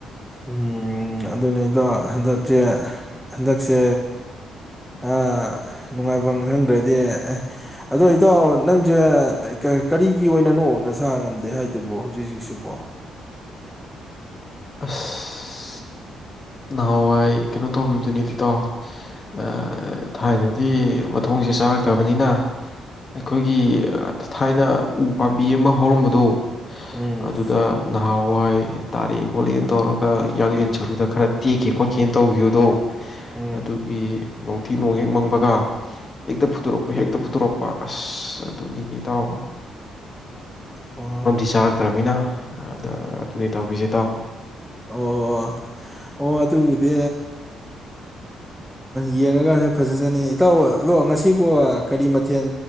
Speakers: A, in the centre; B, on the left (about 35°).
A: ꯎꯝ ꯑꯗꯨꯅꯦ ꯏꯇꯥꯎ ꯍꯟꯗꯛꯁꯦ ꯍꯟꯗꯛꯁꯦ ꯑꯥ ꯅꯨꯡꯉꯥꯏꯐꯝ ꯈꯪꯗ꯭ꯔꯗꯤ ꯑꯦ ꯑꯗꯣ ꯏꯇꯥꯎ ꯅꯪꯁꯦ ꯀꯔꯤꯒꯤ ꯑꯣꯏꯅꯅꯣ ꯅꯁꯥ ꯉꯝꯗꯦ ꯍꯥꯏꯗꯨꯕ ꯍꯧꯖꯤꯛ ꯍꯧꯖꯤꯛꯁꯤꯕꯣ
B: ꯑꯁ ꯅꯍꯥꯟꯋꯥꯏ ꯀꯩꯅꯣ ꯇꯧꯈꯤꯕꯗꯨꯅꯤꯗꯤꯇꯣ ꯑꯥ ꯊꯥꯏꯅꯗꯤ ꯃꯊꯣꯡꯁꯦ ꯆꯥꯔꯛꯇꯕꯅꯤꯅ ꯑꯩꯈꯣꯏꯒꯤ ꯊꯥꯏꯅ ꯎ ꯄꯥꯝꯕꯤ ꯕꯤ ꯑꯃ ꯍꯧꯔꯝꯕꯗꯨꯣ
A: ꯎꯝ
B: ꯑꯗꯨꯗ ꯅꯍꯥꯟꯋꯥꯏ ꯑꯦ ꯇꯥꯔꯛꯑꯦ ꯈꯣꯠꯂꯦꯅ ꯇꯧꯔꯒ ꯌꯥꯡꯂꯦꯟ ꯁꯔꯨꯗ ꯈꯔ ꯇꯦꯛꯀꯦ ꯈꯣꯠꯀꯦꯅ ꯇꯧꯈꯤꯕꯗꯣ
A: ꯎꯝ
B: ꯑꯗꯨꯒꯤ ꯅꯣꯡꯊꯤ ꯅꯣꯡ ꯍꯦꯛ ꯃꯪꯕꯒ ꯍꯦꯛꯇ ꯐꯨꯠꯇꯣꯔꯛꯄ ꯍꯦꯛꯇ ꯐꯨꯠꯇꯣꯔꯛꯄ ꯑꯁ ꯑ ꯑꯗꯨꯅꯤꯅꯦ ꯇꯥꯎꯑꯣꯣ
A: ꯑꯣ
B: ꯆꯥꯔꯛꯇ꯭ꯔꯃꯤꯅ ꯑꯗ ꯑꯗꯨꯅꯤ ꯇꯧꯔꯤꯁꯦ ꯏꯇꯥꯎ
A: ꯑꯣ ꯑꯣ ꯑꯗꯨꯗꯤ ꯌꯦꯡꯉꯒꯁꯨ ꯐꯖꯖꯅꯤ ꯏꯇꯥꯎ ꯑꯗꯣ ꯉꯁꯤꯕꯨ ꯀꯔꯤ ꯃꯊꯦꯜ